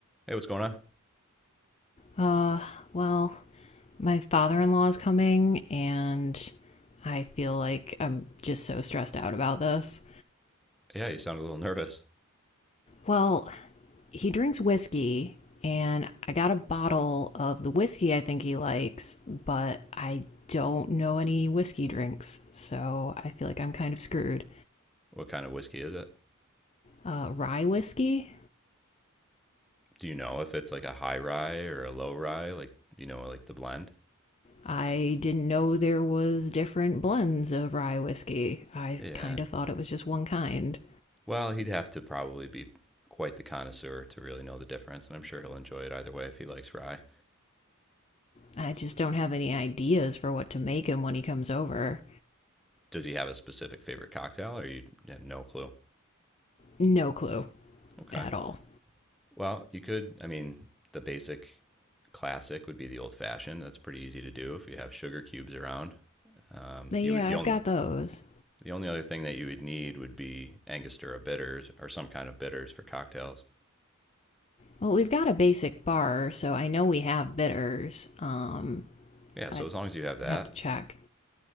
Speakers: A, in the centre; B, on the left (about 30°).
A: Hey, what's going on?
B: Uh, well, my father in law is coming, and I feel like I'm just so stressed out about this.
A: Yeah, you sound a little nervous.
B: Well, he drinks whiskey, and I got a bottle of the whiskey I think he likes, but I don't know any whiskey drinks, so I feel like I'm kind of screwed.
A: What kind of whiskey is it?
B: Uh, rye whiskey?
A: Do you know if it's like a high rye or a low rye? Like, you know, like the blend?
B: I didn't know there was different blends of rye whiskey. I
A: Yeah.
B: kind of thought it was just one kind.
A: Well, he'd have to probably be quite the connoisseur to really know the difference, and I'm sure he'll enjoy it either way if he likes rye.
B: I just don't have any ideas for what to make him when he comes over.
A: Does he have a specific favorite cocktail, or you have no clue?
B: No clue
A: Okay.
B: at all.
A: Well, you could, I mean, the basic classic would be the old fashioned. That's pretty easy to do if you have sugar cubes around. Um,
B: But
A: you
B: yeah,
A: would the
B: I've
A: only
B: got those.
A: The only other thing that you would need would be Angostura bitters or some kind of bitters for cocktails.
B: Well, we've got a basic bar, so I know we have bitters. Um,
A: Yeah, so
B: I
A: as long as you have that,
B: have to check.